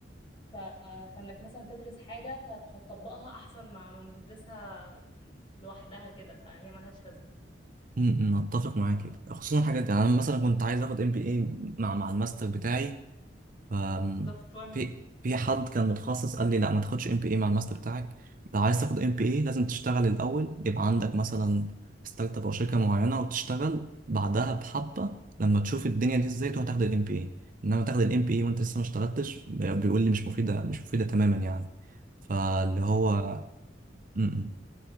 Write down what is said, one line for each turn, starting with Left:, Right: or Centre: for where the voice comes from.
Left: ف... فانك مثلا تدرس حاجة ف... فتطبقها احسن ما ما ما تدرسها لوحدها كده فهي ملهاش لازمة
Right: امم اتفق معاك
Left: ف...
Right: خصوصا الحاجات دي يعني انا مثلا كنت عايز اخد ام بي اي مع مع الماستر بتاعي أم،
Left: بالظبط وانا
Right: في في حد كان متخصص قال لي لا ما تاخدش ام بي اي مع الماستر بتاعك لو عايز تاخد ام بي اي لازم تشتغل الاول يبقى عندك مثلا ستارت اب او شركه معينه وتشتغل بعدها بحبه لما تشوف الدنيا دي ازاي تروح تاخد الام بي اي انما تاخد الام بي اي وانت لسه ما اشتغلتش بيقول لي مش مفيده مش مفيده تماما يعني فاللي هو
Left: يعني
Right: م-